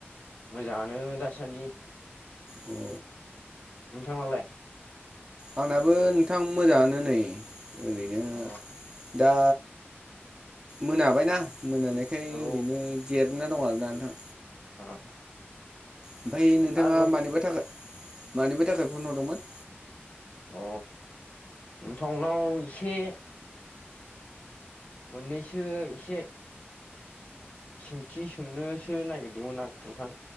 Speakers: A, on the left (about 40°); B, on the right (about 20°).
A: मोजाङानो दासान्दि।
B: अ
A: नोंथां नालाय?
B: आंनाबो नोंथां मोजाङानो नै ओरैनो
A: अ
B: दा मोनाबायना मोनानायखाय ओरैनो
A: औ
B: जिरायना दं आरोना नोंथां।
A: <inaudible>
B: ओमफ्राय नोंथाङा
A: न
B: मानिबा थाखाय मानिबा थाखाय फन हरदोंमोन?
A: अ नोंथांनाव एसे मोननैसो इसे सोंथि सोंनोसो नागिरदोंमोन आं नोंथां।